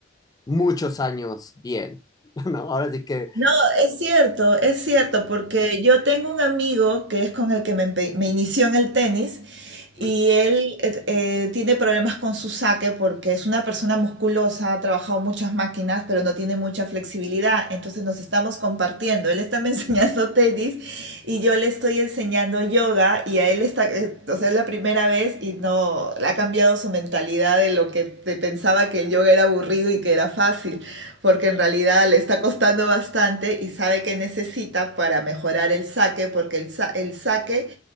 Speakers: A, on the left (about 20°); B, on the right (about 65°).
A: muchos años bien, <laughs> ¿no? Ahora sí que,
B: No, es cierto, es cierto, porque yo tengo un amigo que es con el que me, empe- me inició en el tenis Y
A: mm,
B: él eh, eh, tiene problemas con su saque porque es una persona musculosa, ha trabajado muchas máquinas, pero no tiene mucha flexibilidad. Entonces nos estamos compartiendo. Él está me <laughs> enseñando tenis y yo le estoy enseñando yoga y a él está, eh, o sea, es la primera vez y no, ha cambiado su mentalidad de lo que te pensaba que el yoga era aburrido y que era fácil, porque en realidad le está costando bastante y sabe que necesita para mejorar el saque, porque el, sa- el saque